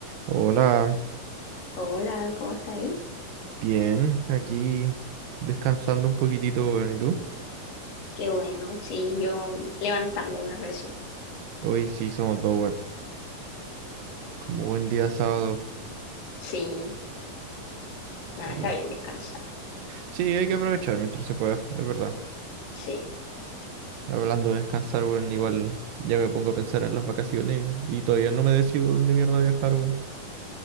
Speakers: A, on the right (about 80°); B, on the left (about 75°).
A: Hola,
B: Hola, ¿cómo está ahí?
A: bien, aquí descansando un poquitito, weón, ¿y tú?
B: Qué bueno, sí, yo levantándome recién.
A: Hoy sí somos dos, weón, como buen día sábado.
B: Sí, nada,
A: Y...
B: está bien descansado.
A: Sí, hay que aprovechar mientras se pueda, es verdad.
B: Sí.
A: Hablando de descansar, weón, igual ya me pongo a pensar en las vacaciones y todavía no me decido dónde mierda viajar, weón.